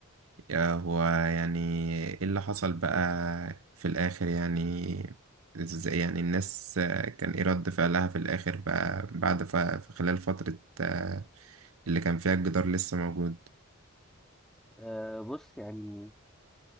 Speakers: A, on the right (about 85°); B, in the centre.
A: آه، هو يعني إيه اللي حصل بقى في الآخر يعني إزاي يعني الناس آه، كان إيه رد فعلها في الآخر بقى بعد ف- خلال فترة آه، اللي كان فيها الجدار لسه موجود
B: أه بص يعني